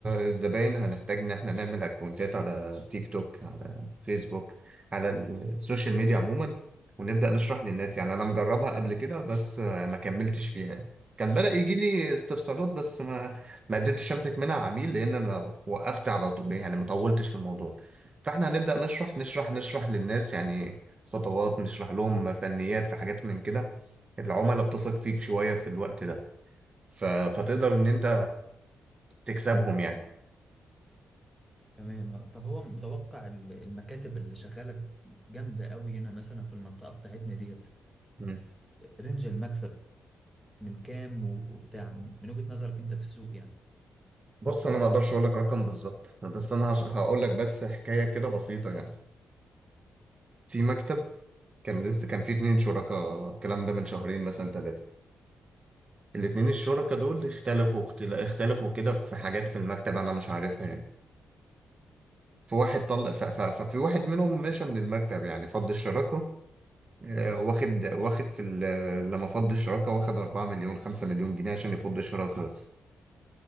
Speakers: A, on the right; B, in the centre.
A: الزباين هنحتاج ان احنا نعمل اكونتات على تيك توك على فيسبوك على السوشيال ميديا عموما ونبدأ نشرح للناس يعني انا مجربها قبل كده بس آه، ما كملتش فيها كان بدأ يجي لي استفسارات بس ما ما قدرتش امسك منها عميل لان انا وقفت على طول يعني ما طولتش في الموضوع فاحنا هنبدأ نشرح نشرح نشرح للناس يعني خطوات نشرح لهم فنيات في حاجات من كده العملاء بتثق فيك شوية في الوقت ده ف... فتقدر ان انت تكسبهم يعني
B: تمام آه، طب هو متوقع ال- المكاتب اللي شغاله جامده قوي هنا مثلا في المنطقه بتاعتنا ديت
A: مم.
B: برنج المكسب من كام و- وبتاع من وجهة نظرك انت في السوق يعني
A: بص انا ما اقدرش اقول لك رقم بالظبط بس انا هش... هقول لك بس حكايه كده بسيطه يعني في مكتب كان لسه كان في اتنين شركاء الكلام ده من شهرين مثلا ثلاثه الاتنين الشركاء دول اختلفوا اختل... اختلفوا كده في حاجات في المكتب انا مش عارفها يعني في واحد طلق ف... ف... ففي واحد منهم مشى من المكتب يعني فض الشراكه آه، واخد واخد في ال... لما فض الشراكه واخد 4 مليون 5 مليون جنيه عشان يفض الشراكه بس